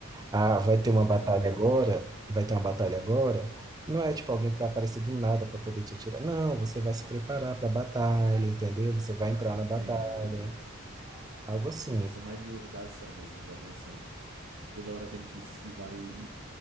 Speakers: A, on the right; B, on the right.
A: Ah, vai ter
B: Sim,
A: uma batalha
B: eu sou mais
A: agora,
B: ação.
A: vai ter uma batalha agora. Não é tipo alguém que vai aparecer do nada para poder te atirar. Não, você vai se preparar para a batalha, entendeu? Você vai entrar na batalha,
B: Entendi.
A: algo assim.
B: É, Eu sou mais do, da ação mesmo, eu gosto de ação. Toda hora tendo que se esquivar e, e-